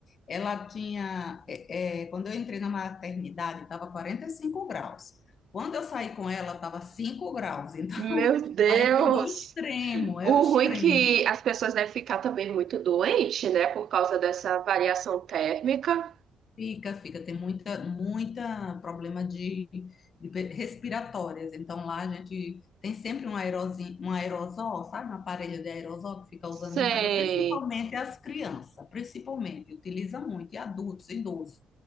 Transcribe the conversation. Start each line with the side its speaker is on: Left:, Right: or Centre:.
Left: ela tinha, é, é, quando eu entrei na maternidade, estava 45 graus. Quando eu saí com ela, estava 5 graus. Então,
Right: Meu
Left: <laughs>
Right: Deus!
Left: lá é tudo ao extremo, é
Right: O
Left: o extremo.
Right: ruim é que as pessoas devem ficar também muito doentes, né? Por causa dessa variação térmica.
Left: Fica, fica, tem muita, muita problema de, de pe- respiratórias. Então lá a gente tem sempre um aerozinho, um aerosol, sabe? Um aparelho de aerosol que fica usando
Right: Sei.
Left: em casa, principalmente as crianças, principalmente, utiliza muito, e adultos, idosos.